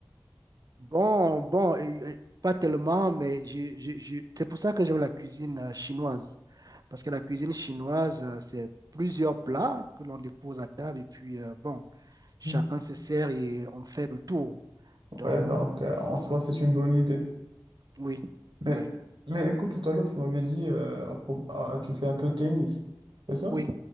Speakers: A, on the right; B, on the right.
A: Bon, bon, et- et pas tellement, mais je, je- je- c'est pour ça que j'aime la cuisine euh, chinoise. Parce que la cuisine chinoise, euh, c'est plusieurs plats que l'on dépose à table et puis, euh, bon, chacun
B: <laughs>
A: se sert et on fait le tour. Donc,
B: Ouais, donc euh,
A: c'est
B: en
A: ça.
B: soi, c'est une bonne idée.
A: Oui,
B: Mais,
A: oui,
B: mais écoute, tout à l'heure, tu m'avais dit, euh, à pro- ah, tu fais un peu de tennis, c'est ça?
A: oui,